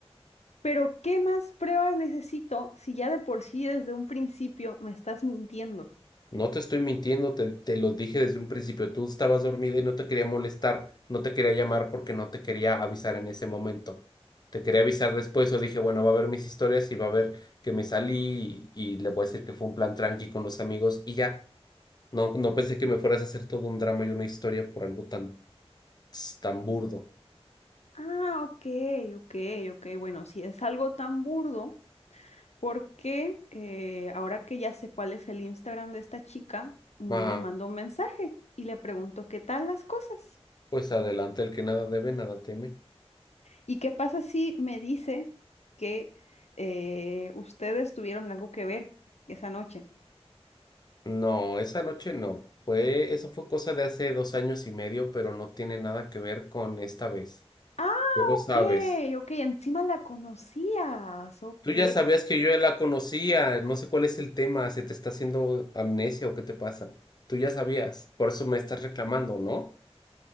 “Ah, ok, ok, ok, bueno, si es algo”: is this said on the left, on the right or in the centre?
Left